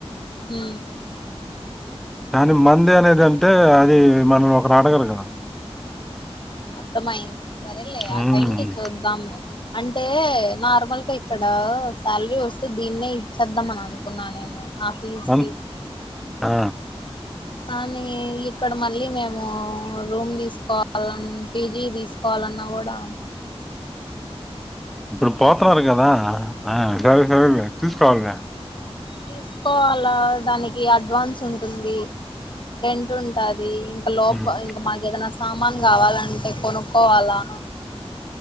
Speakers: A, on the left; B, in the centre.
A: హు
B: కానీ మంది అనేది అంటే అది మనం ఒకరు ఆడగరు కదా
A: అర్థమయింది సరేలే ఆ
B: ఉమ్.
A: టైం కి చూద్దాము అంటే నార్మల్గా ఇక్కడ శాలరీ వస్తే దీన్నే ఇచ్చేద్దాం అని అనుకున్నా నేను ఆఫిస్కి
B: అన్- ఆ,
A: కానీ ఇక్కడ మళ్ళీ మేము రూమ్ తీసుకోవాలన్ పిజి తీస్ కోలన్నా కూడా
B: ఇప్పుడు పోతారు కదా ఆ సరే సరే తీసుకోవాలి
A: తీసుకోవాలా దానికి అడ్వాన్స్ ఉంటుంది రెంట్ ఉంటది ది ఇంకా లోప
B: ఉమ్,
A: ఇంక మాకు ఏదనా సామాన్ కావాలంటే కొనుక్కోవాలా